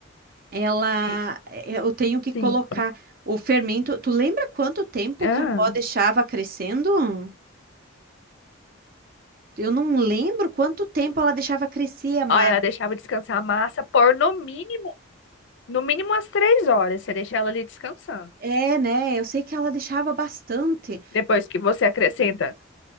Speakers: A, on the right; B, on the left.
A: Ela,
B: E-
A: é, eu tenho que colocar
B: Sim.
A: o fermento. Tu lembra quanto tempo
B: Ah.
A: que a avó deixava crescendo? Eu não lembro quanto tempo ela deixava crescer a massa.
B: Olha, ela deixava descansar a massa por no mínimo, no mínimo umas três horas. Você deixa ela ali descansando.
A: É, né? Eu sei que ela deixava bastante.
B: Depois que você acrescenta.